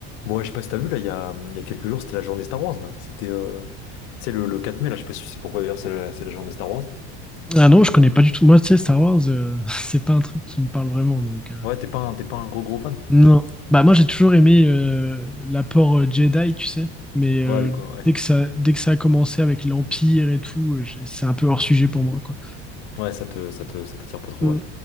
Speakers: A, on the left (about 80°); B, in the centre.
A: Bon, ouais, je sais pas si t'as vu, là, il y a, il y a quelques jours, c'était la journée Star Wars, là. C'était, euh, tu sais, le, le 4 mai, là, je sais pas si c'est pourquoi, d'ailleurs, c'est la, c'est la journée Star Wars.
B: Ah non, je connais pas du tout. Moi, tu sais, Star Wars, euh, <laughs> c'est pas un truc qui me parle vraiment. Donc, euh,
A: Ouais, t'es pas un, t'es pas un gros, gros fan?
B: non. Bah, moi, j'ai toujours aimé euh, l'apport euh, Jedi, tu sais. Mais euh,
A: Ouais, le-
B: dès
A: ouais.
B: que ça, dès que ça a commencé avec l'Empire et tout, euh, j'ai- c'est un peu hors sujet pour moi, quoi.
A: Ouais, ça te, ça te, ça t'attire pas trop,
B: Mm,
A: ouais.